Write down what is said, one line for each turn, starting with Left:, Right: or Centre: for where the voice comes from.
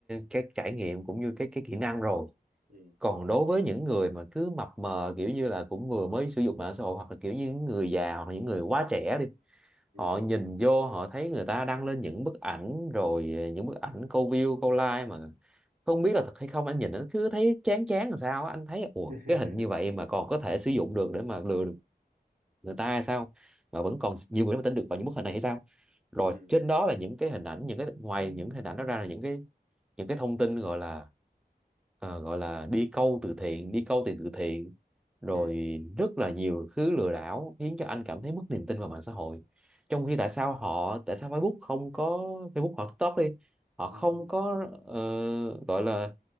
Centre: cái trải nghiệm cũng như cái cái kỹ năng rồi
Right: ừ
Centre: còn đối với những người mà cứ mập mờ kiểu như là cũng vừa mới sử dụng mạng xã hội hoặc là kiểu như những người già hoặc là những người quá trẻ đi
Right: ừ
Centre: họ nhìn vô họ thấy người ta đăng lên những bức ảnh rồi ờ, những bức ảnh câu view câu like mà không biết là thật hay không anh nhìn anh cứ thấy chán chán làm sao á. anh thấy ủa
Right: <laughs>
Centre: cái hình như vậy mà còn có thể sử dụng được để mà lừa được người ta hay sao mà vẫn còn nhiều người mà tin được vào những bức hình này hay sao rồi
Right: ừ
Centre: trên đó là những cái hình ảnh những cái ngoài những hình ảnh đó ra là những cái những cái thông tin gọi là ờ, gọi là đi câu từ thiện đi câu tiền từ thiện rồi
Right: ừ
Centre: rất là nhiều thứ lừa đảo khiến cho anh cảm thấy mất niềm tin vào mạng xã hội trong khi tại sao họ tại sao Facebook không có Facebook hoặc TikTok đi họ không
Right: ừ ừ
Centre: có ờ, gọi là